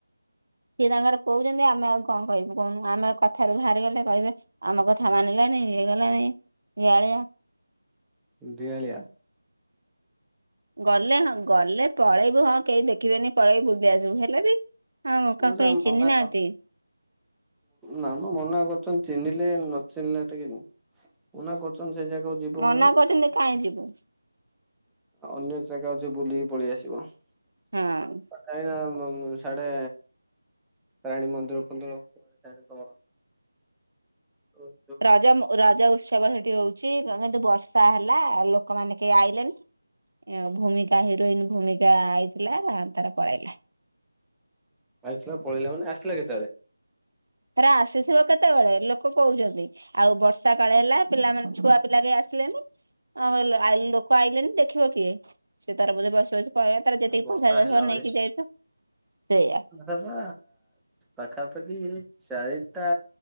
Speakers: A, on the right (about 65°); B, in the centre.
A: ସିଏ ତାଙ୍କର କହୁଛନ୍ତି ଆମେ ଆଉ କଣ କହିବୁ କହୁନୁ ଆମେ କଥାରୁ ବାହାରିଗଲେ କହିବେ ଆମ କଥା ମାନିଲାନି ଇଏକଲାନି ଡ଼ିହାଳିଆ।
B: ଡିହାଲିଆ।
A: ଗଲେ ହଁ ଗଲେ ପଳେଇବୁ ହଁ କେହି ଦେଖିବେନି ପଳେଇବୁ ବୁଲି ଆସିବୁ ହେଲେ ବି ହଁ ଗୋ
B: ଗୋଟେ
A: କକେଇ
B: ମନା
A: ଚିହ୍ନି ନାହାଁନ୍ତି।
B: ନା ମ ମନା କରୁଛନ୍ତି ଚିହ୍ନିଲେ ନ ଚିହ୍ନିଲେ ଟିକେ ମନା କରୁଚନ୍ତି ସେ ଜାଗାକୁ ଯିବୁନି
A: ମନା କରୁଛନ୍ତି କାହିଁ ଯିବୁ।
B: ଅନ୍ୟ ଜାଗା ଅଛି ବୁଲିକି ପଳେଇ ଆସିବ
A: ହଁ
B: ଆ ଏଇନା ବ ମ ହାଡେ ରାଣୀ ମନ୍ଦିର ଫନ୍ଦିର ହିଆଡେ ଡମର ଓ <inaudible>
A: ରଜ ମୋ ରଜ ଉତ୍ସବ ହେଠି ହଉଛି କିନ୍ତୁ ବର୍ଷା ହେଲା ଲୋକମାନେ କେହି ଆଇଲେନି ଭୂମିକା ହିରୋଇନ ଭୂମିକା ଆଇଥିଲା ତାର ପଳେଇଲା।
B: ଆାଇଥିଲା ପଳେଇଲା ମାନେ ଆସିଲା କେତେବେଳେ?
A: ହେରା ଆସିଥିବ କେତେବେଳେ ଲୋକ କହୁଛନ୍ତି। ଆଉ ବର୍ଷା କାଳେ ହେଲା ପିଲାମାନେ ଛୁଆ ପିଲା କେହି ଆସିଲେନି। ହଁ ଆଇ ଲୋକ ଆଇଲେନି ଦେଖିବ କିଏ ସେ ତାର ବୋଧେ ବସିବସି ପଳେଇଲା। ତାର ଯେତିକି
B: ବର୍ଷା
A: ପଇସା ପତ୍ର
B: ହେଲା
A: ସବୁ ନେଇକି ଯାଇଥିବ ସେଇଆା।
B: ହେଟା ପା ପାଖାପାଖି ଚାରିଟା